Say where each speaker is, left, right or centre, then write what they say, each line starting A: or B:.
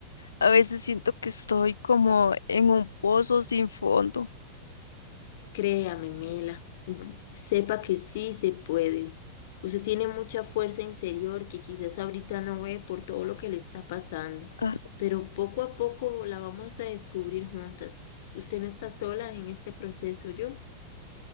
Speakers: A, on the left; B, on the left.
A: A veces siento que estoy como en un pozo sin fondo.
B: Créame, Mela, sepa que sí se puede. Usted tiene mucha fuerza interior que quizás ahorita no ve por todo lo que le está pasando,
A: Ah,
B: pero poco a poco la vamos a descubrir juntas. Usted no está sola en este proceso. Yo